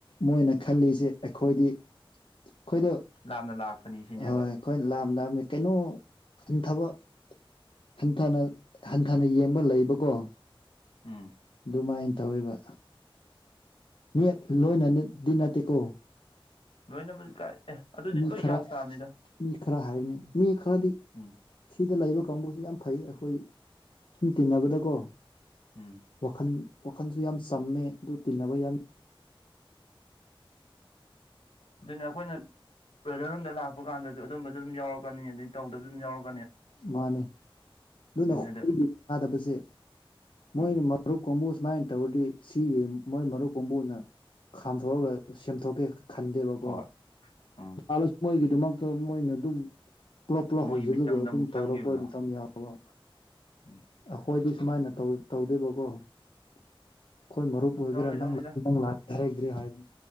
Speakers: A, on the left (about 65°); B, on the left (about 80°).
A: ꯃꯣꯏꯅ ꯈꯜꯂꯤꯁꯦ ꯑꯩꯈꯣꯏꯗꯤ ꯑꯩꯈꯣꯏꯗ
B: ꯂꯥꯞꯅ ꯂꯥꯛꯄꯅꯤ ꯁꯤꯅꯦꯕ
A: ꯍꯣꯏ ꯑꯩꯈꯣꯏ ꯂꯥꯝ ꯂꯥꯝꯃꯦ ꯀꯩꯅꯣ ꯊꯕꯛ ꯍꯟꯊꯅ ꯍꯟꯊꯅ ꯌꯦꯡꯕ ꯂꯩꯕꯀꯣ
B: ꯎꯝ
A: ꯑꯗꯨꯃꯥꯏꯅ ꯇꯧꯕ ꯃꯤꯠ ꯂꯣꯏꯅꯗꯤ ꯅꯠꯇꯦꯀꯣ
B: ꯂꯣꯏꯅꯃꯛꯗꯤ ꯀꯥꯏ ꯑꯦ ꯑꯗꯨꯗꯤ
A: ꯃꯤ
B: ꯂꯣꯏ
A: ꯈꯔ
B: ꯌꯥꯎ ꯇꯥꯕꯅꯤꯗ
A: ꯃꯤ ꯈꯔ ꯍꯥꯏꯕꯅꯤ ꯃꯤ ꯈꯔꯗꯤ
B: ꯎꯝ
A: ꯁꯤꯗ ꯂꯩꯕ ꯀꯥꯡꯕꯨꯁꯤ ꯌꯥꯝ ꯐꯩ ꯑꯩꯈꯣꯏ ꯁꯨꯝ ꯇꯤꯟꯅꯕꯗꯀꯣ
B: ꯎꯝ
A: ꯋꯥꯈꯜ ꯋꯥꯈꯟꯁꯨ ꯌꯥꯝ ꯆꯝꯃꯦ ꯑꯗꯨ ꯇꯤꯟꯅꯕ ꯌꯥꯝ
B: ꯑꯗꯨꯅ ꯑꯩꯈꯣꯏꯅ ꯕ꯭ꯔꯗꯔ ꯔꯨꯝꯗ ꯂꯥꯛꯄ ꯀꯥꯟꯗꯁꯨ ꯑꯗꯨꯝꯕꯁꯨ ꯑꯗꯨꯝ ꯌꯥꯎꯔꯛꯀꯅꯤ ꯑꯗꯨꯗꯩ ꯇꯧꯗꯕꯁꯨ ꯑꯗꯨꯝ ꯌꯥꯎꯔꯛꯀꯅꯤ
A: ꯃꯥꯅꯦ ꯑꯗꯨꯅ
B: ꯑꯗꯨꯅꯦꯗ
A: ꯑꯩꯒꯤ ꯌꯥꯗꯕꯁꯦ ꯃꯣꯏꯣꯏ
B: ꯎꯝ
A: ꯃꯔꯔꯨ ꯀꯣꯃ ꯁꯨꯃꯥꯏꯅ ꯇꯧꯔꯗꯤ ꯁꯤꯒꯤ ꯃꯣꯏ ꯃꯔꯨꯞ ꯀꯨꯝꯕꯨꯅ ꯈꯥꯝꯊꯣꯛꯑꯒ ꯁꯦꯝꯊꯣꯛꯀꯦ ꯈꯟꯗꯦꯕꯀꯣꯂꯁꯨ
B: ꯍꯣꯏ ꯎꯝ
A: ꯃꯣꯏꯒꯤꯗꯃꯛꯇ ꯃꯣꯏꯅ ꯑꯗꯨꯝ ꯄꯨꯂꯞ ꯄꯨꯂꯞ
B: ꯃꯣꯏꯒꯤ
A: ꯍꯧꯖꯤꯜꯂꯒ
B: ꯃꯤꯆꯪꯗ
A: ꯑꯗꯨꯝ
B: ꯑꯃꯨꯛ ꯆꯪꯈꯤꯕꯗꯣ
A: ꯇꯧꯔꯛꯄ ꯑꯗꯨꯝꯇ ꯌꯥꯎꯕ
B: ꯎꯝ
A: ꯑꯩꯈꯣꯏꯗꯤ ꯁꯨꯃꯥꯏꯅ ꯇꯧꯗꯦꯕꯀꯣ ꯑꯩꯈꯣꯏ ꯃꯔꯨꯞ ꯑꯣꯏꯒꯦꯔꯥ
B: ꯇꯧꯔꯣꯏꯗꯧꯅꯤꯗ
A: ꯅꯪ ꯅꯪ ꯂ ꯍꯥꯏꯔꯛꯇ꯭ꯔꯦ ꯍꯥꯏꯕꯅꯤ